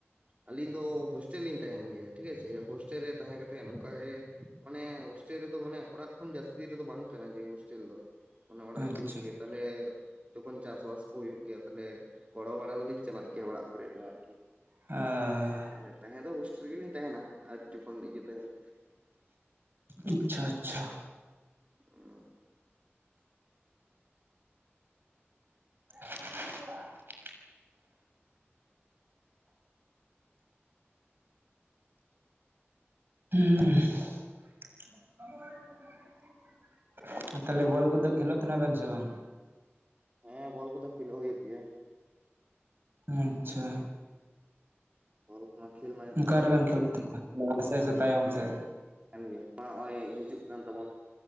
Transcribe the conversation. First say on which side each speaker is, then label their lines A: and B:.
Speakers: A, on the right; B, on the right.
A: ᱟᱹᱞᱤᱧ ᱫᱚ ᱦᱳᱥᱴᱮᱞ ᱞᱤᱧ ᱛᱟᱦᱮᱱ ᱜᱮᱭᱟ ᱴᱷᱤᱠ ᱟᱪᱷᱮ ᱦᱳᱥᱴᱮᱞ ᱨᱮ ᱛᱟᱦᱮᱸ ᱠᱟᱛᱮᱫ ᱱᱚᱝᱠᱟᱜ ᱜᱮ ᱢᱟᱱᱮ ᱦᱳᱥᱴᱮᱞ ᱨᱮᱫᱚ ᱢᱟᱱᱮ ᱚᱲᱟᱜ ᱠᱷᱚᱱ ᱡᱟᱹᱥᱛᱤ ᱨᱮᱫᱚ ᱵᱟᱝ ᱠᱟᱱᱟ ᱡᱮ ᱦᱳᱥᱴᱮᱞ ᱫᱚ ᱢᱟᱱᱮ ᱚᱲᱟᱜ
B: ᱟᱪᱪᱷᱟ
A: ᱥᱩᱨ ᱨᱮᱜᱮ ᱛᱟᱦᱚᱞᱮ ᱛᱚᱠᱷᱚᱱ ᱪᱟᱥ ᱵᱟᱥ ᱠᱚ ᱦᱩᱭᱩᱜ ᱜᱮᱭᱟ ᱛᱟᱦᱞᱮ ᱜᱚᱲᱚ ᱵᱟᱲᱟ ᱫᱚᱞᱤᱧ ᱪᱟᱞᱟᱜ ᱜᱮᱭᱟ ᱚᱲᱟᱜ ᱠᱚᱨᱮ ᱫᱚ ᱟᱨᱠᱤ
B: ᱟᱨ <unintelligible> <inaudible>
A: ᱢᱟᱱᱮ ᱛᱟᱦᱮᱸ ᱫᱚ ᱚᱥᱚ ᱨᱮᱜᱮᱞᱤᱧ ᱛᱟᱦᱮᱱᱟ ᱟᱨ ᱡᱚᱠᱷᱚᱱ ᱤᱭᱟᱹ ᱛᱟᱦᱮᱱᱟ
B: <inaudible> ᱟᱪᱪᱷᱟ ᱟᱪᱪᱷᱟ
A: ᱟᱨ <unintelligible> <inaudible>
B: ᱠᱚ <inaudible> ᱦᱮᱸ <inaudible> <inaudible> ᱛᱟᱦᱞᱮ ᱵᱚᱞ ᱠᱚᱫᱚ ᱠᱷᱮᱞᱳᱜ ᱛᱟᱦᱮᱱᱟ ᱵᱮᱱ ᱥᱮ ᱵᱟᱝ
A: ᱦᱮᱸ ᱵᱚᱞ ᱠᱚᱫᱚ ᱠᱷᱮᱞᱳᱜ ᱦᱩᱭᱩᱜ ᱜᱮᱭᱟ
B: ᱟᱪᱪᱷᱟ
A: ᱵᱚᱞ ᱠᱚᱢᱟ ᱠᱷᱮᱞ ᱢᱟᱭ
B: ᱚᱠᱟ ᱨᱮᱵᱮᱱ ᱠᱷᱮᱞᱳᱜ ᱛᱟᱦᱮᱱᱟ ᱞᱟᱦᱟ ᱥᱮᱜ ᱥᱮ ᱛᱟᱭᱚᱢ ᱥᱮᱜ
A: ᱠᱟᱱ ᱜᱮ ᱢᱟ ᱱᱚᱜᱼᱚᱭ ᱦᱤᱡᱩᱜ ᱠᱟᱱ ᱛᱟᱵᱚᱱ